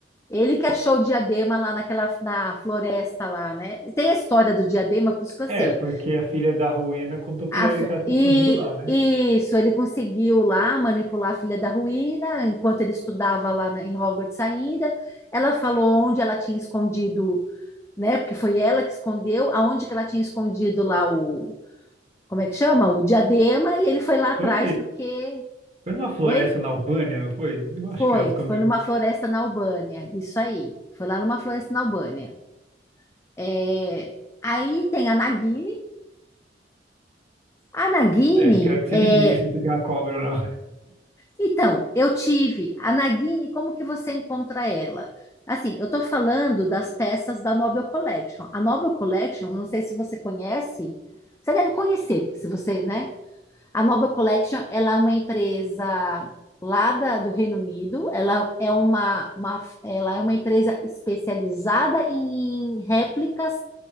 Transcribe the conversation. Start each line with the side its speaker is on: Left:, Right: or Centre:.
Left: ele que achou o diadema lá naquela na floresta lá, né? E Tem a história do diadema, por isso que eu
Right: É,
Left: sei.
Right: porque a filha da Rowena contou pra
Left: A
Right: ele
Left: f-
Right: que ela tinha
Left: e
Right: escondido lá, né?
Left: isso, ele conseguiu lá manipular a filha da ruína, enquanto ele estudava lá na- em Hogwarts ainda. Ela falou onde ela tinha escondido, né? Porque foi ela que escondeu, aonde que ela tinha escondido lá o, como é que chama? O diadema, e ele foi lá atrás
Right: Foi,
Left: porque,
Right: foi numa floresta
Left: oi?
Right: na Albânia, não foi? Eu acho
Left: Foi,
Right: que ela escondeu.
Left: foi numa floresta na Albânia, isso aí. Foi lá numa floresta na Albânia. É, Aí tem a Nagini. A Nagini,
Right: É, quero que você
Left: é,
Right: me diga se você tem uma cobra ou não. <laughs>
Left: Então, eu tive a Nagini, como que você encontra ela? Assim, eu estou falando das peças da Nobel Collection. A Nobel Collection, não sei se você conhece, você deve conhecer, porque se você, né? A Nobel Collection, ela é uma empresa lá da- do Reino Unido, ela é uma, uma, ela é uma empresa especializada em réplicas